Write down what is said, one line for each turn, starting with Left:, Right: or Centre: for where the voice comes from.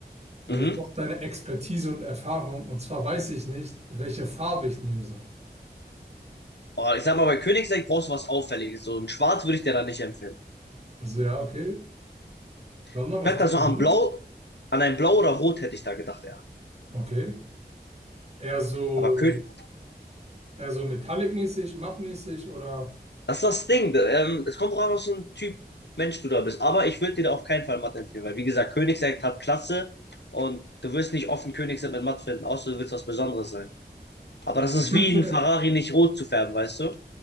Right: Und
Left: mhm.
Right: ich brauche deine Expertise und Erfahrung. Und zwar weiß ich nicht, welche Farbe ich nehmen soll.
Left: Oh, ich sag mal, bei Königseck brauchst du was Auffälliges. So ein Schwarz würde ich dir da nicht empfehlen.
Right: Also ja, okay. Sandra,
Left: Ich
Right: was
Left: werde
Right: hast
Left: da so
Right: du drin?
Left: am Blau An ein Blau oder Rot hätte ich da gedacht, ja.
Right: Okay. Eher so,
Left: Aber König,
Right: eher so metallic-mäßig, mattmäßig oder
Left: das ist das Ding. Ähm, es kommt drauf an, was für ein Typ Mensch du da bist. Aber ich würde dir da auf keinen Fall Mathe empfehlen, weil, wie gesagt, Königsegg hat Klasse und du wirst nicht offen Königsegg mit Mathe finden, außer du willst was Besonderes sein. Aber das ist
Right: kennst
Left: wie
Right: du,
Left: ein Ferrari nicht rot zu färben, weißt du?